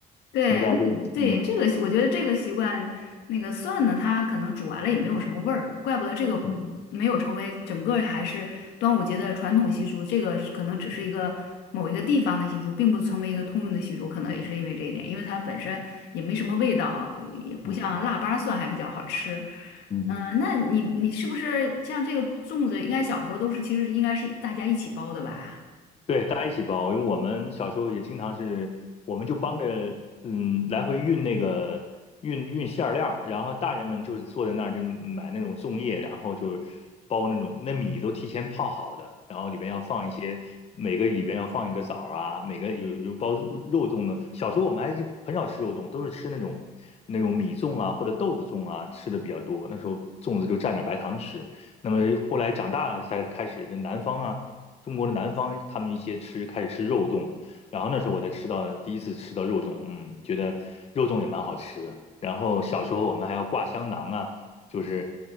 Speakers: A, on the left; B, on the left.
A: 对嗯对，
B: 现在就嗯
A: 这个习我觉得这个习惯，那个蒜呢，它可能煮完了也没有什么味儿，怪不得这个没有成为整个还是端午节的传统习俗，
B: 嗯
A: 这个是可能只是一个某一个地方的习俗，并不成为一个通用的习俗，可能也是因为这一点，因为它本身也没什么味道，也不像腊八蒜还比较好吃。
B: 嗯嗯。
A: 嗯、那你你是不是像这个粽子，应该小时候都是其实应该是大家一起包的吧？
B: 对，大家一起包，因为我们小时候也经常是，我们就帮着嗯来回运那个运运馅儿料，然后大人们就坐在那儿就买那种粽叶，然后就是包那种那米都提前泡好的，然后里边要放一些每个里边要放一个枣儿啊，每个有有包肉粽的。小时候我们还是很少吃肉粽，都是吃那种那种米粽啊或者豆子粽啊吃的比较多，那时候粽子就蘸点白糖吃。那么后来长大了才开始，就南方啊。中国的南方，他们一些吃开始吃肉粽，然后那时候我才吃到第一次吃到肉粽，嗯，觉得肉粽也蛮好吃的。然后小时候我们还要挂香囊啊，就是